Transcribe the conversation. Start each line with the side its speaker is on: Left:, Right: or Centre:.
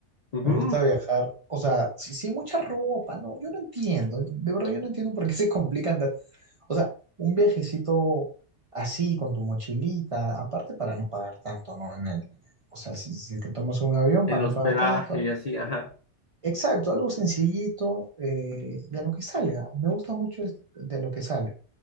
Left: Ujú,
Right: Me gusta viajar, o sea, sí, sí, mucha ropa, no, yo no entiendo, de verdad yo no entiendo por qué <laughs> se complican tan- O sea, un viajecito así con tu mochilita, aparte para no pagar tanto, ¿no? En el, o sea, si, si es que tomas un avión
Left: En
Right: para
Left: hospedaje
Right: no pagar tanto, ¿no?
Left: y así, ajá.
Right: Exacto, algo sencillito eh, y a lo que salga. Me gusta mucho este- de lo que sale.